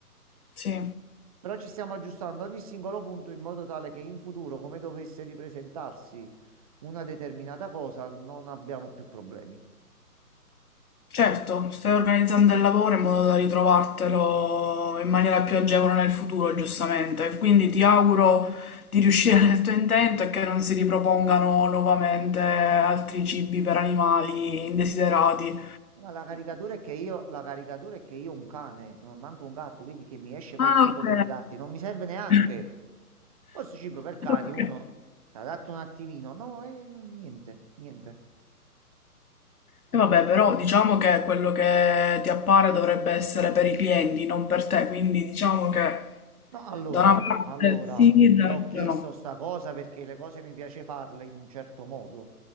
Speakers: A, on the left; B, on the right.
A: Sì.
B: però ci stiamo aggiustando ogni singolo punto in modo tale che in futuro, come dovesse ripresentarsi una determinata cosa, non abbiamo più problemi.
A: Certo, stai organizzando il lavoro in modo da ritrovartelo in maniera più agevole nel futuro, giustamente. Quindi ti auguro di riuscire nel tuo intento e che non si ripropongano nuovamente altri cibi per animali indesiderati.
B: Ma la caricatura è che io, la caricatura è che io ho un cane, non ho manco un gatto, quindi che mi esce poi
A: Ah,
B: cibo
A: ok.
B: per i gatti, non mi serve neanche.
A: <laughs>
B: Forse cibo per cani,
A: Ok.
B: uno si adatta un attimino. No, eh, niente, niente.
A: E vabbè, però diciamo che quello che ti appare dovrebbe essere per i clienti, non per te, quindi diciamo che
B: No, allora,
A: da una parte
B: allora,
A: sì,
B: io
A: dall'altra
B: ho chiesto
A: no.
B: sta cosa perché le cose mi piace farle in un certo modo.